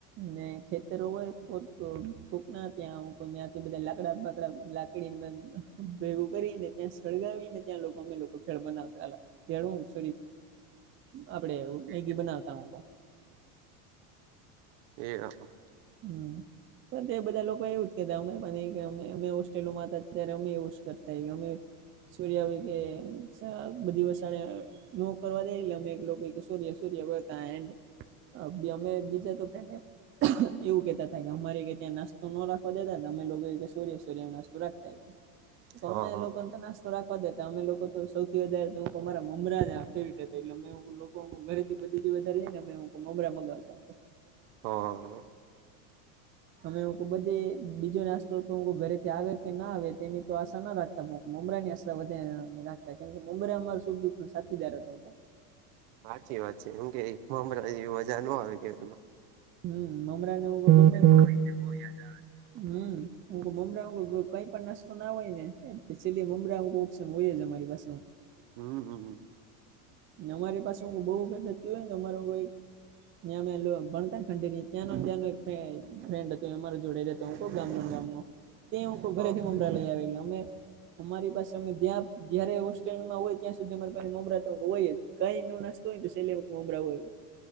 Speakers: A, on the right (about 25°); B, on the right (about 55°).
A: ને ખેતરો હોય કોક, કોક ના ત્યાં હું કઉં ન્યાંથી બધા લાકડા બાકડા લા <unintelligible> ભેગું કરીને ત્યાં સળગાવીને ત્યાં લોકો અમે લોકો ભેળ બનાવતા એલાં. <unintelligible> સોરી આપડે મેગી બનાવતા હું કઉં.
B: એવું.
A: હમ્મ. તે બધા લોકો એવું જ કેતા અમે પણ એમે અમે હોસ્ટ્રેલમાં હતા ત્યારે અમે એવું કરતા અમે સૂર આવી કે બધી વસાળ નો કરવા દે અમે લોકો સૂર્ય સૂર્ય કરતા એડ અબી અમે બીજા તો ફ્રેન્ડ એમ એવું કહેતા તા કે હમારેય કે ત્યાં નાસ્તો ન રાખવા દેતાન તો અમે લોકો ઈ કહે સૂર્ય-સૂર્ય માં નાસ્તો રાખતા ઈ
B: <inaudible>
A: કહે. તો અમે
B: હા
A: લોકોન તો નાસ્ત તો રાખવા દેતા, અમે લોકો તો સૌથી વધારે તો લોકો અમારા મમરા આ ફેવરીટ હતા, એટલે અમે એવું લોક ઘરેથી બધી વધારે ને અમે મમરા મગાવતા
B: હા.
A: અમે હું બધે બીજો નાસ્તો તો હ ઘરેથી આવે કે ના આવે તેની તો આશા ના રાખ. મુંમરાની આશા વધે રાખતા કેમ કે મુંબરા અમાર સુખ દુઃખ સાથીદારો હતો.
B: સાચી વાત છે એમ કેમરા જેવી મજા ન આવે કેમાં
A: હમ મમરા નેુંને બહુ યાદ આવે હમ હું મમરાું કઈ પણ નાસ્તો ના હોય ને છેલ્લી મમરા. જ અરી પાસે
B: હમ હમ હમ
A: અમારી પાસેઈ બહુ ફેર થતી હોય ને તો અર કોઈ ત્યાં અમે ભણત ખંડેરી ત્યાં ત્યાં ફન્ડ હતું અ જોડે. ગામનો ગામ ન તે હું
B: હા
A: ઘરે થી મમરા લઈ આવે અમે અમારી પાસે અમે જ્યાં જયારે હોસ્ટેલમાં હોય ત્યાં સુધી અમારે પાસે મોબરાતા હો હોય કઈ નો નાસ્તો હોય તો સેલેમરા હોય.